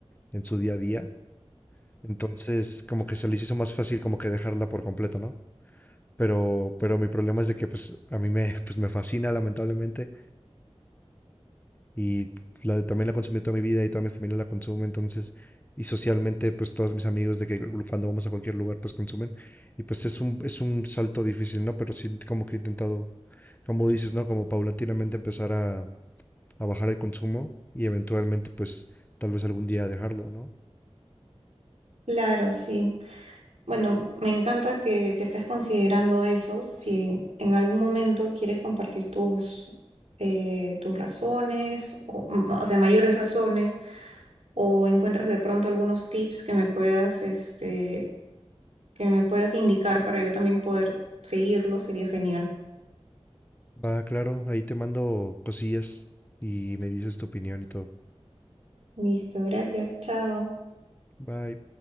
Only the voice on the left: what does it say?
en su día a día. Entonces, como que se les hizo más fácil como que dejarla por completo, ¿no? Pero, pero mi problema es de que pues a mí me, <laughs> pues, me fascina lamentablemente y la, también la consumí toda mi vida y toda mi familia la consume, entonces, y socialmente, pues todos mis amigos de que cuando vamos a cualquier lugar, pues consumen, y pues es un, es un salto difícil, ¿no? Pero sí, como que he intentado, como dices, ¿no? Como paulatinamente empezar a, a bajar el consumo y eventualmente, pues, tal vez algún día dejarlo, ¿no?
Va, claro, ahí te mando cosillas y me dices tu opinión y todo.
Bye.